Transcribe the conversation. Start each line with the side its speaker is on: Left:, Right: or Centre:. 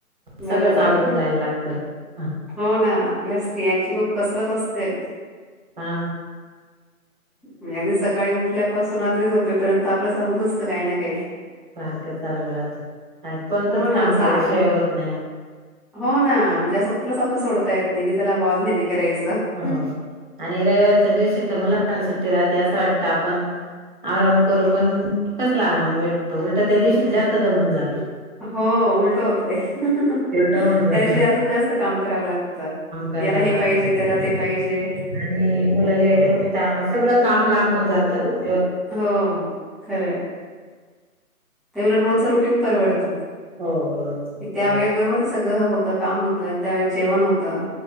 Centre: बरोबर.
Right: सगळंच आवरून जायला लागतं. हा,
Centre: हो ना आपल्या स्त्रियांची खूप कसरत असते.
Right: हा.
Centre: नेहमी सकाळी उठल्यापासून. रात्री झोपेपर्यंत आपलं चालूच असतं काही ना काही.
Right: पार्क चालू राहत. कोणतच
Centre: हो ना
Right: काम
Centre: असा
Right: केल्याशिवाय
Centre: आराम
Right: होत नाही.
Centre: हो ना म्हणजे असं कुठलं स आपल सोडता येत नाही. चला बुवा आज हे नाही करायचं
Right: हो आणि रविवारच्या दिवशी तर मुलांना सुट्टी राहते असं वाटत. आता आपण. आराम करू पण. कसला आराम भेतो. उलट त्या दिवशी जास्त दमून जातं.
Centre: हो उलट होतोय.
Right: उलट
Centre: त्या
Right: होऊन जात
Centre: दिवशी अजून जास्त काम करावं लागतं.
Right: कराव
Centre: याला हे
Right: लागत.
Centre: पाहिजे त्याला ते पाहिजे
Right: आणि मुलाला <unintelligible> काम पण जातं <unintelligible>
Centre: हो खरं हाय. त्यावेळी रोजच रुटीग परवडत.
Right: हो बरोबर
Centre: त्या वेळे बरोबर ते सगळं होत. काम होतं. त्यावेळेच जेवण होतं.